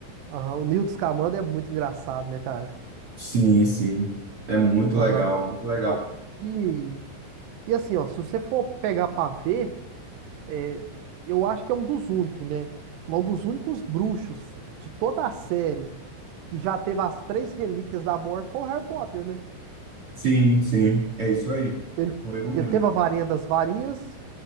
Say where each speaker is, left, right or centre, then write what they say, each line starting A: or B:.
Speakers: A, on the right; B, on the right.
A: aham, o Newton Scamander é muito engraçado, né, cara?
B: Sim, sim. É muito
A: Aham.
B: legal, muito legal.
A: Bom, e, e assim, ó, se você for pegar pra ver. É, eu acho que é um dos únicos, né? um dos únicos bruxos de toda a série que já teve as três relíquias da morte foi o Harry Potter, né?
B: Sim, sim. É isso aí.
A: Ele,
B: Foi o único.
A: ele teve a varinha das varinhas,